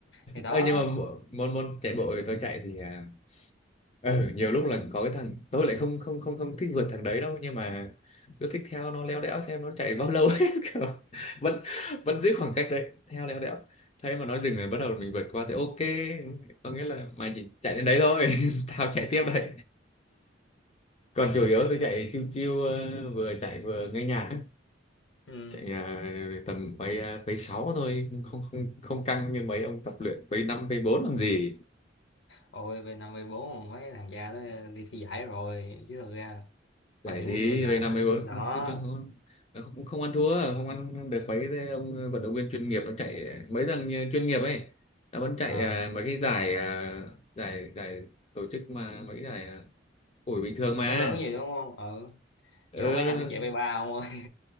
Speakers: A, on the left (about 75°); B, on the left (about 35°).
A: thì đó
B: Ờ, nhưng mà mô- môn môn chạy bộ thì tôi chạy thì à, ờ, nhiều lúc là có cái thằng tôi lại không không không không thích vượt thằng đấy đâu nhưng mà cứ thích theo nó léo đéo xem nó chạy bao lâu <laughs> ấy kiểu vẫn vẫn giữ khoảng cách đấy theo léo đéo. thế mà nó dừng rồi bắt đầu mình vượt qua thì ok có nghĩa là mày chỉ chạy đến đấy thôi <laughs> tao chạy tiếp đấy còn chủ yếu tôi chạy chiêu chiêu ờ, vừa chạy vừa nghe nhạc
A: ừ.
B: chạy à, tầm quay à, quay 6 thôi không không không căng như mấy ông tập luyện quay 5 quay 4 làm gì
A: ôi về năm về bốn mà mấy thằng cha nó đi thi giải rồi chứ thực ra quan
B: giải
A: điểm
B: gì
A: của tôi là
B: quay 5 quay bốn
A: đó
B: không không, chưa- không, nó cũng không ăn thua không ăn được mấy cái ông vận động viên chuyên nghiệp nó chạy mấy thằng nhà chuyên nghiệp ấy nó vẫn chạy
A: à,
B: à, mấy cái giải à, giải giải tổ chức mà mấy cái giải à, ủi bình thường mà
A: lớn lớn gì đúng không ừ
B: ừ,
A: chỗ mấy thằng nó chạy bay ba ông ơi